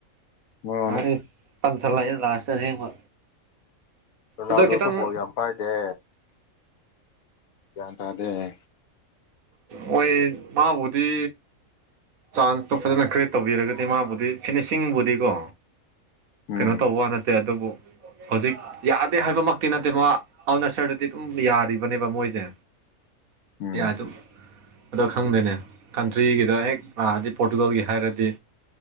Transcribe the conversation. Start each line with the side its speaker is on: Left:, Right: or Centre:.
Left: ꯃꯥꯅꯦ
Right: ꯑꯩ ꯇꯟꯁꯜꯂꯛꯦ ꯂꯥꯁꯇ ꯑꯁꯦꯡꯕ
Left: ꯔꯣꯅꯥꯜꯗꯣꯁꯨ
Right: ꯑꯗꯣ ꯈꯤꯇꯪ
Left: ꯕꯣꯜ ꯌꯥꯝ ꯄꯥꯏꯗꯦ ꯒꯌ꯭ꯥꯟ ꯇꯥꯗꯦ
Right: ꯃꯣꯏ ꯃꯥꯕꯨꯗꯤ ꯆꯥꯟꯁꯇꯣ ꯐꯖꯅ ꯀ꯭ꯔꯤꯌꯦꯠ ꯇꯧꯕꯤꯔꯒꯗꯤ ꯃꯥꯕꯨꯗꯤ ꯐꯤꯅꯤꯁꯤꯡꯕꯨꯗꯤꯀꯣ
Left: ꯎꯝ
Right: ꯀꯩꯅꯣ ꯇꯧꯕ ꯋꯥ ꯅꯠꯇꯦ ꯑꯗꯨꯕꯨ ꯍꯧꯖꯤꯛ ꯌꯥꯗꯦ ꯍꯥꯏꯕꯃꯛꯇꯤ ꯅꯠꯇꯦ ꯃꯥ ꯑꯜꯅꯁꯔꯗꯗꯤ ꯑꯗꯨꯝ ꯌꯥꯔꯤꯕꯅꯦꯕ ꯃꯣꯏꯁꯦ
Left: ꯎꯝ
Right: ꯌꯥ ꯑꯗꯨꯝ ꯑꯗꯣ ꯈꯪꯗꯦꯅꯦ ꯀꯟꯇ꯭ꯔꯤꯒꯤꯗ ꯍꯦꯛ ꯂꯛꯑꯥꯗꯤ ꯄꯣꯔꯇꯨꯒꯜꯒꯤ ꯍꯥꯏꯔꯗꯤ